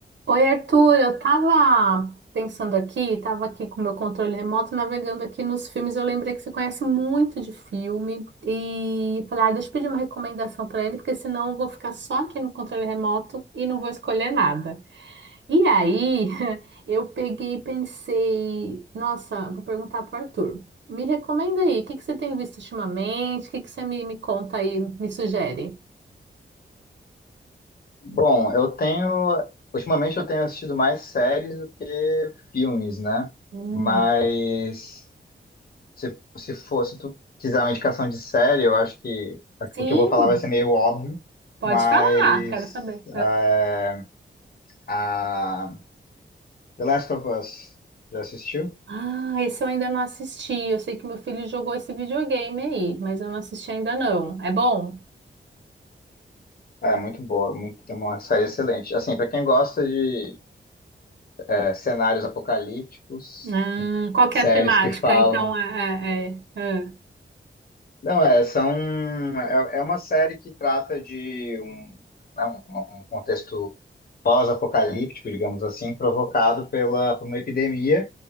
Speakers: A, on the right; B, on the left.
A: Oi, Arthur, eu tava pensando aqui, tava aqui com o meu controle remoto navegando aqui nos filmes, eu lembrei que você conhece muito de filme e falei, ah, deixa eu pedir uma recomendação pra ele, porque senão eu vou ficar só aqui no controle remoto e não vou escolher nada. E aí, <laughs> eu peguei e pensei, nossa, vou perguntar pro Arthur. Me recomenda aí, o que que você tem visto ultimamente? O que que você me, me conta aí, me sugere?
B: Bom, eu tenho. Ultimamente eu tenho assistido mais séries do que filmes, né?
A: Hum,
B: Mas se, se for, se tu quiser uma indicação de série, eu acho que
A: sim,
B: o que eu vou falar vai ser meio óbvio,
A: pode
B: mas
A: falar, quero saber.
B: é, a The Last of Us, já assistiu?
A: Ah, esse eu ainda não assisti. Eu sei que meu filho jogou esse videogame aí, mas eu não assisti ainda não. É bom?
B: É muito boa, muito, é uma série excelente. Assim, para quem gosta de é, cenários apocalípticos,
A: Ah, qual que
B: séries
A: é a temática?
B: que falam
A: Então, é, é- é- é.
B: Não, é, são, é, é uma série que trata de um, é um, um um contexto pós-apocalíptico, digamos assim, provocado pela, por uma epidemia